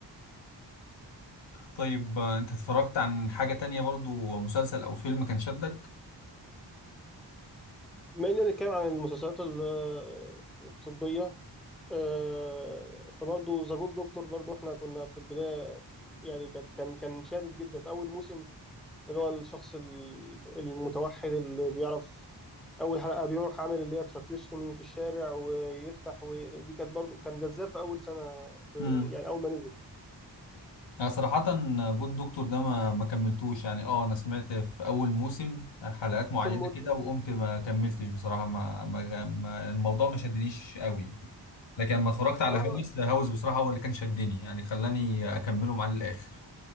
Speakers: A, on the left; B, in the centre.
A: طيب آه، انت اتفرجت عن حاجه تانية برضو مسلسل او فيلم كان شدك؟
B: بما اننا بنتكلم عن المسلسلات ال- الطبية آه، فبرضه ذا جود دكتور برضه احنا كنا في البداية يعني كانت كان كان شادد جدا في أول موسم اللي هو الشخص ال- المتوحد اللي بيعرف أول حلقة بيروح عامل اللي هي تراكيوستومي في الشارع ويفتح ودي كانت برضه كان جذاب في أول سنة في
A: مم.
B: يعني أول ما نزل
A: أنا صراحة جو الدكتور ده ما ما كملتوش يعني اه أنا سمعت في أول موسم حلقات معينة
B: شون مورفي
A: كده وقمت ما كملتش بصراحة ما, ما, ما الموضوع ما شدنيش قوي لكن لما اتفرجت على
B: اه
A: هاوس هاوس بصراحة هو اللي كان شدني يعني خلاني أكمله معاه للآخر